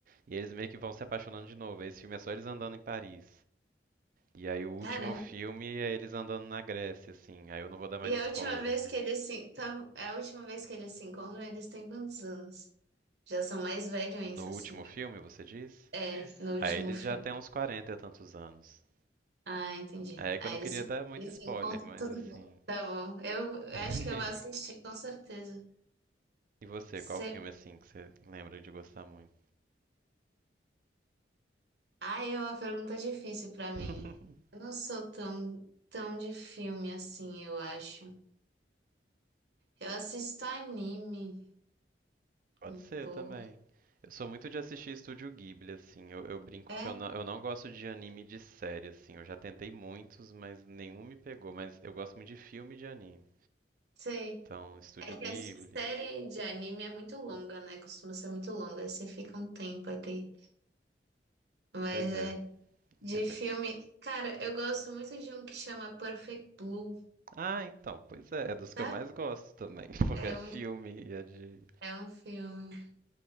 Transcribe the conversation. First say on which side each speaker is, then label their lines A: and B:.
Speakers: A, on the right; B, on the right.
A: e eles meio que vão se apaixonando de novo. Esse filme é só eles andando em Paris. E aí o último
B: Caramba.
A: filme é eles andando na Grécia, assim. Aí eu não vou dar mais
B: E
A: spoiler,
B: a última vez
A: mas
B: que eles se, tá, a última vez que eles se encontram, eles têm quantos anos? Já são mais velhos,
A: no
B: assim.
A: último filme, você diz?
B: É, no
A: Aí
B: último
A: eles
B: filme.
A: já têm uns 40 e tantos anos.
B: Ah, entendi.
A: aí É que
B: Ah,
A: eu não
B: eles
A: queria
B: se,
A: dar muito
B: eles
A: spoiler,
B: se encontram
A: mas
B: tudo
A: assim.
B: bem. Tá bom. Eu
A: <laughs>
B: acho que eu vou assistir, com certeza.
A: E você,
B: Você...
A: qual filme assim que você lembra de gostar muito?
B: Ah, é uma pergunta difícil pra mim.
A: <laughs>
B: Eu não sou tão, tão de filme assim, eu acho. Eu assisto anime
A: Pode
B: um
A: ser
B: pouco.
A: também. Eu sou muito de assistir Estúdio Ghibli, assim. Eu, eu brinco
B: É,
A: que eu não, eu não gosto de anime de série, assim. Eu já tentei muitos, mas nenhum me pegou. Mas eu gosto muito de filme e de anime.
B: sei.
A: Então, Estúdio
B: É
A: Ghibli.
B: que a série de anime é muito longa, né? Costuma ser muito longa. aí Você fica um tempo até. Mas
A: Pois
B: é.
A: é.
B: De
A: Esse-
B: filme,
A: é-
B: cara, eu gosto muito de um que chama Perfect Blue,
A: Ah, então, pois é. É dos que
B: sabe?
A: eu mais gosto também. <laughs> Porque
B: É
A: é
B: um
A: filme e é de.
B: É um filme.